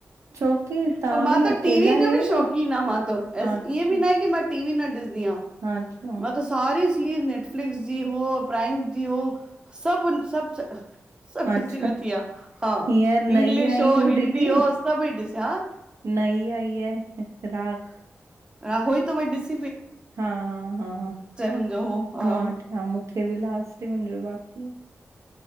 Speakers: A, on the right; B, on the right.
A: छोकी तव्हां
B: आ मां
A: बि
B: त
A: अकेला
B: टीवी जो
A: आहियो
B: बि
A: न
B: शौंक़ीन आ मां त इएंं
A: हा अच्छा
B: बि न आहे की मां टी वी न ॾिसंदीय आ
A: हा अच्छा
B: मां त सारी <unintelligible> नेटफ्लिक्स जी हो प्राइम जी हो सभ सभ सभ
A: अच्छा
B: ॾिसी लथीआ हा
A: हींअर नई
B: इंग्लिश
A: आई
B: हो,
A: हू
B: हिंदी
A: ॾिठी
B: हो सभ ई ॾिसां ह
A: नई आई आहे राख <unintelligible>
B: राहोई त व ॾिस
A: हा हा हा
B: हुनजो हो हा
A: मां था मूंखे बि लास्ट ही मुंहिंजोबार जी <unintelligible>